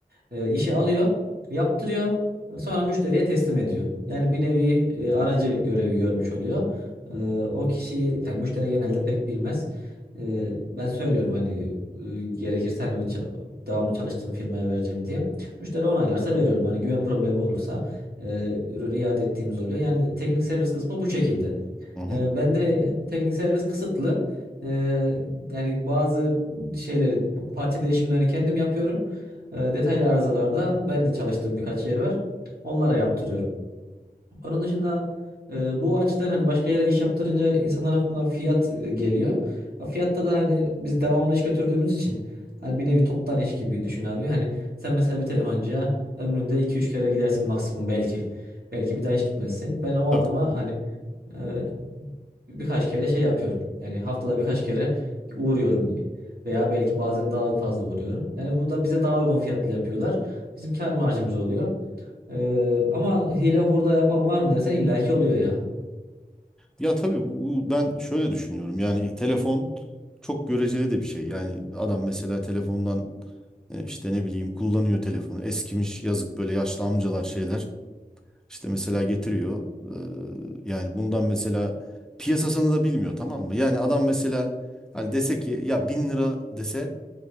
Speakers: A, on the right; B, in the centre.
A: e, işi alıyor, yaptırıyor, sonra müşteriye teslim ediyor. Yani bir nevi e, aracı görevi görmüş oluyor. E, o kişiyi yani müşteri genelde pek bilmez. E, ben söylüyorum hani e, gerekirse hani o ça- devamlı çalıştığım firmaya vereceğim diye. Müşteri onaylarsa veriyorum. Hani güven problemi olursa e, ürünü iade ettiğimiz oluyor. Yani teknik servis kısmı bu şekilde.
B: Hı hı.
A: Ee, ben de teknik servis kısıtlı. Ee, yani bazı şeyleri, parça değişimlerini kendim yapıyorum. Ee, detaylı arızalarda ben de çalıştığım birkaç yer var. Onlara yaptırıyorum. Onun dışında e, bu açıdan hani başka yere iş yaptırınca insanların aklına fiyat e, geliyor. Ya Fiyatta da hani biz devamlı iş götürdüğümüz için hani bir nevi toptan iş gibi düşün abi. Hani sen mesela bir telefoncuya ömründe iki üç kere gidersin maksimum belki. Belki bir daha hiç gitmezsin. Ben o
B: Tabii.
A: adama hani ee, birkaç kere şey yapıyorum. Yani haftada birkaç kere uğruyorum veya belki bazen daha fazla uğruyorum. Yani bu da bize daha uygun fiyatlı yapıyorlar. Bizim kar marjımız oluyor. Ee, ama hile hurda yapan var mı dersen illaki oluyor ya.
B: Ya tabii bu, bu- ben şöyle düşünüyorum. Yani telefon çok göreceli de bir şey. Yani adam mesela telefondan e, işte ne bileyim kullanıyor telefonu. Eskimiş yazık böyle yaşlı amcalar şeyler. İşte mesela getiriyor. Ee, yani bundan mesela piyasasını da bilmiyor tamam mı? Yani adam mesela hani dese ki ya bin lira dese